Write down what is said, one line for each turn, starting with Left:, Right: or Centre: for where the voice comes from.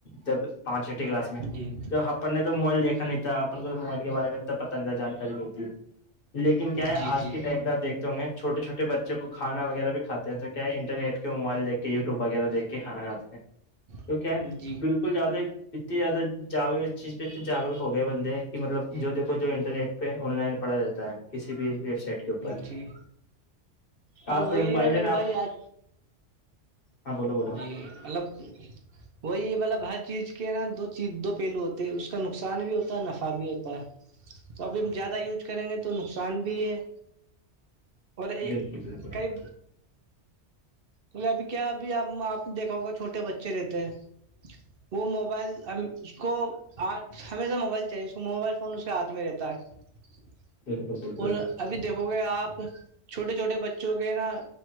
Left: جب پانچ چھی کلاس میں
Right: جی جی
Left: تو اپن نے تو موبائل دیکھا نہیں تھا کو موبائل کے بارے میں انا پتنگہ جانکاری نہیںتی لیکن کیا ہے
Right: جی
Left: آج کے ٹائم پ آپ دیکھتے تو چھوے چھوٹے بچوں کو کھانا وغیرہ بھی کھات ہیں تو کیا انرٹ کے موبائل دیک وغیرہ دیک کے کھانا کھاتے ہیں تو
Right: جی
Left: کیا ہے
Right: جی
Left: بالکل زیادہ اتنی زیادہ جا اس چیز پہت جاگروک ہو گئے بند ہیں کہ مطلب جو دیکو جو انرنیٹ پہ آن لائن پڑا جاتا ہے کسی بھی ویب سائٹ <unintelligible> کے اوپر
Right: جی پر
Left: آپ
Right: وہی
Left: ب بائی
Right: ہے نا
Left: ج
Right: میرے
Left: آپ
Right: بھائی آج
Left: ہاں بولو بولو
Right: جی اللب وہی مطلب ہر چیز کے نا دو چیز دو پہلو ہوتے ہیں اس کا نقصان بھی ہوتا ہے نفع بھی ہوتا تو ابھی ہم زیادہ یوز کریں گے تو نقصان بھی ہے اور یہ
Left: بالکل بالکل
Right: کئی بے ابھی کیا ابھیب آپ نے دیکھا ہوگا چھوٹے بچے رہتے ہیں وہ موبائل اس کو ہمیشہ موبائل چاہیے اس کو موبائل فون اس کے ہاتھ میں رہتا ہے
Left: بالکل بالکل
Right: اور ابھی دیکھو گے آپ چھوٹے چھوٹے بچوں کے نا